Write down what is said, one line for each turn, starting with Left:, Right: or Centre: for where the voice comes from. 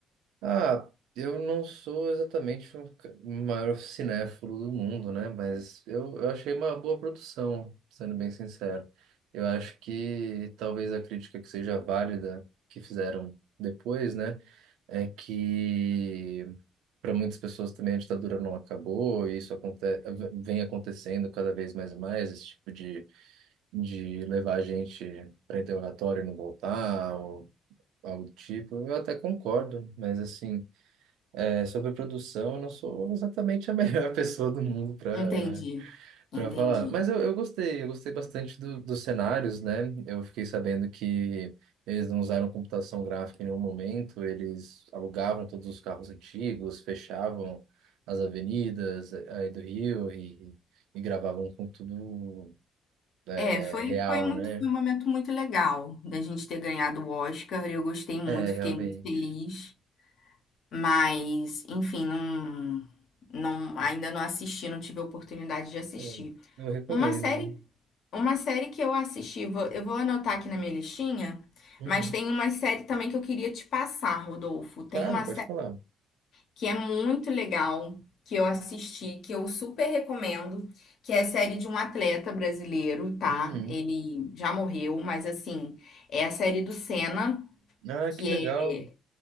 Right: Ah, eu não sou exatamente o ca- maior cinéfilo do mundo, né? Mas eu, eu achei uma boa produção, sendo bem sincero. Eu acho que talvez a crítica que seja válida que fizeram depois, né? É que para muitas pessoas também a ditadura não acabou, e isso aconte vem acontecendo cada vez mais e mais, esse tipo de levar a gente para interrogatório e não voltar, ou algo do tipo, eu até concordo, mas assim, é, sobre produção, eu não sou exatamente a <laughs> melhor pessoa do mundo para
Left: Entendi, entendi.
Right: para falar. Mas eu, eu gostei, eu gostei bastante do, dos cenários, né? Eu fiquei sabendo que eles não usaram computação gráfica em nenhum momento, eles alugavam todos os carros antigos, fechavam as avenidas eh, aí do Rio e, e gravavam com tudo é,
Left: É, foi,
Right: real,
Left: foi muito,
Right: né?
Left: foi um momento muito legal da gente ter ganhado o Oscar. Eu gostei muito,
Right: É, realmente.
Left: fiquei muito feliz. Mas, enfim, não, não, ainda não assisti, não tive a oportunidade de assistir.
Right: Pô, eu recomendo.
Left: Uma série, uma série que eu assisti, vou- eu vou anotar aqui na minha listinha,
Right: Uhum.
Left: mas tem uma série também que eu queria te passar, Rodolfo. Tem
Right: Claro,
Left: uma
Right: pode falar.
Left: que é muito legal, que eu assisti, que eu super recomendo, que é a série de um atleta brasileiro, tá?
Right: Uhum.
Left: Ele já morreu, mas assim, é a série do Senna,
Right: Ah,
Left: que
Right: que legal.
Left: é,